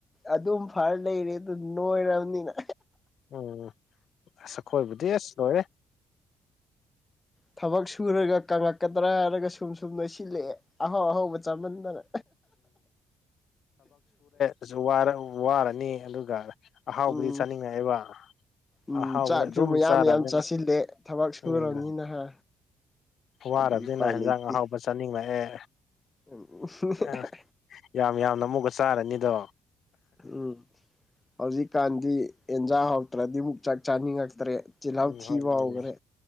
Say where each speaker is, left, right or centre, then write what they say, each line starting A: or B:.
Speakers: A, on the left; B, on the left.
A: ꯑꯗꯨꯝ ꯐꯔ ꯂꯩꯔꯦ ꯑꯗꯨ ꯅꯣꯏꯔꯝꯅꯤꯅ
B: ꯎꯝ ꯑꯁ ꯈꯣꯏꯕꯨꯗꯤ ꯑꯁ ꯂꯣꯏꯔꯦ
A: ꯊꯕꯛ ꯁꯨꯔꯒ ꯀꯪꯉꯛꯀꯗ꯭ꯔꯥ ꯍꯥꯔꯒ ꯁꯨꯝ ꯁꯨꯝ ꯅꯣꯏꯁꯤꯜꯂꯦꯑꯦ ꯑꯍꯥꯎ ꯑꯍꯥꯎꯕ ꯆꯃꯟꯗꯅ
B: ꯑꯖꯨ ꯋꯥꯔꯛ ꯋꯥꯔꯅꯤ ꯑꯗꯨꯒ ꯑꯍꯥꯎꯕꯗꯤ
A: ꯎꯝ
B: ꯆꯥꯅꯤꯡꯉꯦꯛꯑꯦꯕ
A: ꯎꯝ
B: ꯑꯍꯥꯎꯕꯗ
A: ꯆꯥꯛꯁꯨ
B: ꯑꯗꯨꯝ
A: ꯃꯌꯥꯝ
B: ꯆꯥꯔꯝꯅꯤꯅ
A: ꯃꯌꯥꯝ ꯆꯥꯁꯤꯜꯂꯦ ꯊꯕꯛ ꯁꯨꯔꯕꯅꯤꯅ
B: ꯎꯝ
A: ꯍꯥ
B: ꯋꯥꯔꯕꯅꯤꯅ
A: ꯑꯗꯨꯗꯤ ꯎꯄꯥꯏ
B: ꯍꯦꯟꯖꯥꯡ
A: ꯂꯩꯇꯦ
B: ꯑꯍꯥꯎꯕ ꯆꯥꯅꯤꯡꯂꯛꯑꯦ
A: <unintelligible>
B: ꯑꯦ ꯌꯥꯝ ꯌꯥꯝꯅ ꯑꯃꯨꯛꯀ ꯆꯥꯔꯅꯤꯗꯣ
A: ꯎꯝ ꯍꯧꯖꯤꯛꯀꯥꯟꯗꯤ ꯑꯦꯟꯖꯥꯡ ꯍꯥꯎꯇ꯭ꯔꯗꯤ ꯃꯨꯛ ꯆꯥꯛ ꯆꯥꯅꯤꯡꯉꯛꯇ꯭ꯔꯦ ꯆꯤꯜꯍꯥꯎ
B: ꯎꯝ
A: ꯊꯤꯕ
B: ꯍꯣꯏ ꯃꯥꯅꯦ
A: ꯍꯧꯒꯔꯦ